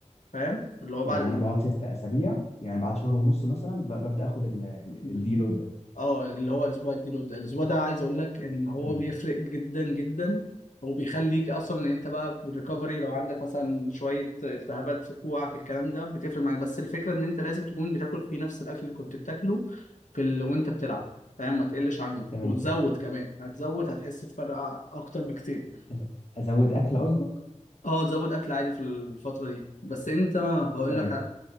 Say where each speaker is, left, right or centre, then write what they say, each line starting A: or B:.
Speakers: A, on the left; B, on the left.
A: فاهم اللي هو بعد
B: يعني
A: الاسبوع
B: انا بقعد ست اسابيع يعني بعد شهر ونص مثلا ب- ببدا اخد ال- ال-
A: طب
B: الديلود ده
A: اه اللي هو الاسبوع الديلو ده الاسبوع ده عايز اقول لك ان هو
B: تمام
A: بيفرق جدا جدا هو بيخليك اصلا ان انت بقى بالريكفري لو عندك مثلا شويه التهابات في كوعك الكلام ده بتفرق معاك بس الفكره ان انت لازم تكون بتاكل فيه نفس الاكل اللي كنت بتاكله في ال... وانت بتلعب فاهم ما تقلش عنه
B: تمام
A: وتزود كمان هتزود هتحس بفرق اكتر بكتير
B: أز- ازود اكل قصدك
A: اه تزود اكل عادي في الفتره دي بس انت هقول
B: تمام
A: لك